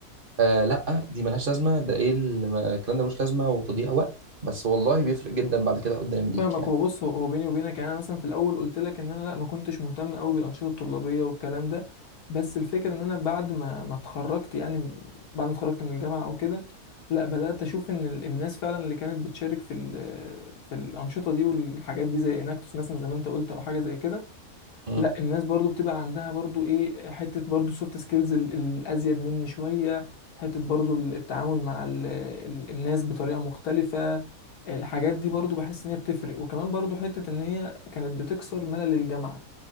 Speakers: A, on the right; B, on the left.
A: آه لا دي ملهاش لازمه ده ايه اللي ما- الكلام ده ملوش لازمه وتضييع وقت بس والله بيفرق جدا بعد كده قدام ليك
B: فاهمك
A: يعني
B: هو بص هو هو بيني وبينك يعني انا مثلا في الاول قلت لك ان انا لا ما كنتش مهتم قوي بالانشطه الطلابيه والكلام ده بس الفكره ان انا بعد ما ما اتخرجت يعني بعد ما اتخرجت من الجامعه او كده لا بدات اشوف ان ال- الناس فعلا اللي كانت بتشارك في ال- في الانشطه دي والحاجات دي زي اناكتوس مثلا زي ما انت قلت او حاجه زي كده
A: مم.
B: لا الناس برضو بتبقى عندها برضو ايه حتة برضو السوفت سكيلز الازيد مني شوية حتة برضو التعامل مع ال ال الناس بطريقة مختلفة الحاجات دي برضو بحس ان هي بتفرق وكمان برضو حتة ان هي كانت بتكسر ملل الجامعة